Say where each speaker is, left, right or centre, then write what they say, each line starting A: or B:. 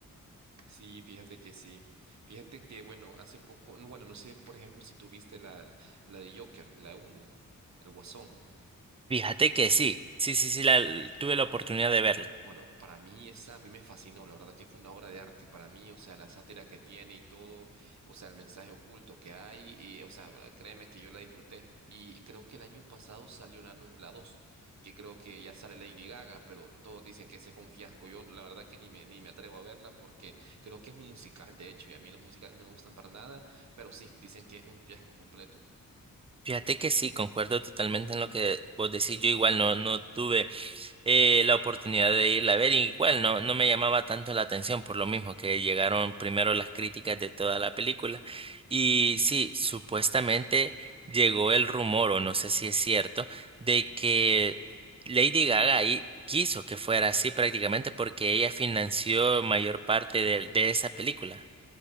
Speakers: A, on the right; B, on the right.
A: Sí, fíjate que sí. Fíjate que, bueno, hace poco, no, bueno, no sé, por ejemplo, si tuviste la, la de Joker, la uno el Guasón.
B: Fíjate que sí, sí, sí, sí, la, tuve la oportunidad de verla.
A: Bueno, para mí esa a mí me fascinó, la verdad que fue una obra de arte para mí, o sea, la sátira que tiene y todo, o sea, el mensaje oculto que hay, y, o sea, bra- créeme que yo la disfruté y creo que el año pasado salió la, nu- la 2, que creo que ya sale Lady Gaga, pero todos dicen que ese fue un fiasco, yo la verdad que ni me, ni me atrevo a verla porque creo que es un musical, de hecho, y a mí los musicales no me gustan para nada, pero sí, dicen que es un fiasco completo.
B: Fíjate que sí, concuerdo totalmente en lo que vos decís. Yo igual no, no tuve eh, la oportunidad de irla a ver, y igual no, no me llamaba tanto la atención por lo mismo que llegaron primero las críticas de toda la película. Y sí, supuestamente llegó el rumor, o no sé si es cierto, de que Lady Gaga ahí quiso que fuera así prácticamente porque ella financió mayor parte de, de esa película.